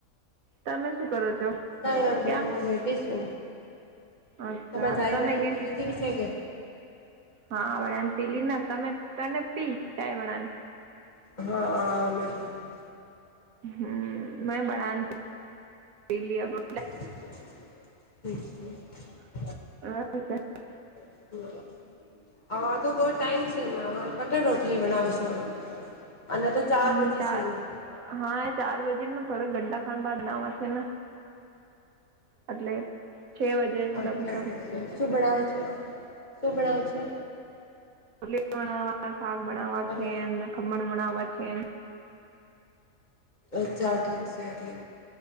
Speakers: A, on the right; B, on the left.
A: તમે શું કરો છો
B: કંઈ આગે
A: કેમ
B: મું બેઠી સુ.
A: અચ્છા
B: તમે ચાઈ બનાઈન
A: કે
B: પી લીધીવી છે કે?
A: હા, વડાન પી લી ના તમે તને પી ચાઈ વડાન.
B: હા. <inaudible>
A: હમ્મ. મે બડાન પી લિયા કર
B: અચ છે <inaudible>
A: <inaudible>
B: હું. હતો બહું ટાઈમ છે, ને હવે કટર રોટલી બનાવ છો અને તો
A: હું
B: બજી
A: ચાર
B: છે ને
A: હા એ ચાર બજે થોડક ઘંટા ખાંડ બાદ નામાં છે, ને એટલે છે બજે લમસમ
B: અચ્છા શું ભણવે છે, શું ભણાવે છે.
A: લીણાવાટણ શાક બનાવવા
B: હલો
A: છે, એમને ખમણ બણાવવા છે, એમ
B: અચ્છા ઠીક છે